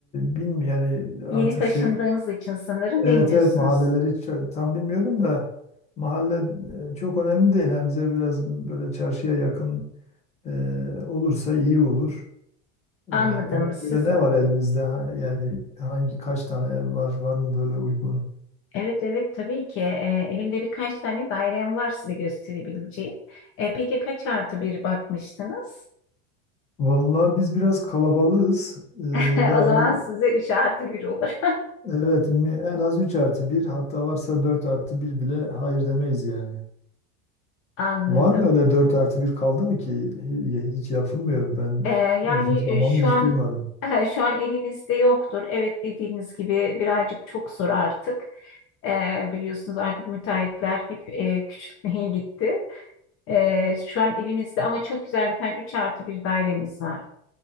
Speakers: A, on the left; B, on the left.
A: bilmiyorum. Yani
B: Yeni
A: artık
B: taşındığınız
A: şey
B: için sanırım
A: Evet
B: bilmiyorsunuz.
A: evet mahalleleri ça- tam bilmiyorum da mahalle e, çok önemli değil. Hem bize biraz böyle çarşıya yakın e, olursa iyi olur. E,
B: Anladım.
A: ona
B: Siz,
A: göre ne var elinizde? Ha- Yani hangi kaç tane ev var? Var mı böyle uygun?
B: evet evet tabii ki. Ee, elimde birkaç tane dairem var size gösterebileceğim. Ee, peki kaç artı bir bakmıştınız?
A: Vallahi biz biraz kalabalığız. E,
B: <laughs>
A: yani
B: O zaman size üç artı bir olur.
A: evet mi- en az 3 artı bir hatta varsa 4 artı bir bile hayır demeyiz yani.
B: <laughs> Anladım.
A: Var mı öyle 4 artı bir kaldı mı ki? Hi- Hiç yapılmıyor. Ben
B: Ee, yani
A: uzun zamandır
B: e, şu
A: hiç
B: an
A: duymadım.
B: <laughs> şu an elimizde yoktur. Evet dediğiniz gibi birazcık çok zor artık. Ee, biliyorsunuz artık müteahhitler hep e, küçültmeye gitti. Ee, şu an elimizde ama çok güzel bir tane 3 artı bir dairemiz var.